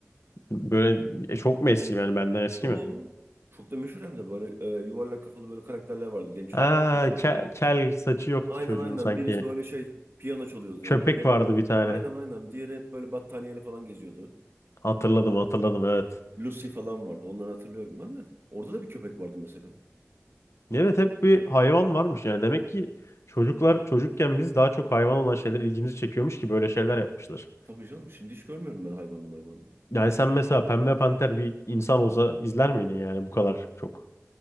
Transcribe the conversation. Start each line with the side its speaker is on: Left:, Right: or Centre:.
Left: Böyle e, çok mu eski yani benden eski
Right: Yo.
Left: mi?
Right: Çok da meşhur hem de böyle e, yuvarlak kafalı böyle karakterler vardı genç çocuk-
Left: Aa,
Right: çocuklar.
Left: ke- kel saçı yoktu
Right: Aynen
Left: çocuğun
Right: aynen.
Left: sanki.
Right: Birisi böyle şey piyano çalıyordu
Left: Köpek
Right: hep. Diğeri
Left: vardı
Right: böyle.
Left: bir tane.
Right: Aynen aynen. Diğeri hep böyle battaniyeyle falan geziyordu.
Left: Hatırladım hatırladım evet.
Right: Lucy falan vardı. Onları hatırlıyorum ben de. Orada da bir köpek vardı mesela.
Left: Evet hep bir hayvan varmış yani. Demek ki çocuklar çocukken biz daha çok hayvan olan şeyler ilgimizi çekiyormuş ki böyle şeyler yapmışlar.
Right: Tabii canım. Şimdi hiç görmüyorum ben hayvanlı hayvanlı.
Left: Yani sen mesela Pembe Panter bir insan olsa izler miydin yani bu kadar çok